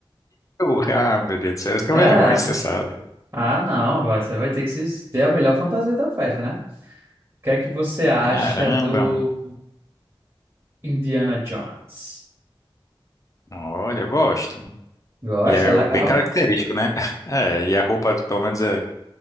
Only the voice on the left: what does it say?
Eu- ah, meu Deus do céu, eu tenho
vergonha, você sabe.
Caramba,
olha, eu gosto.
E é
bem característico, né? <laughs> É, e a roupa, pelo menos, é,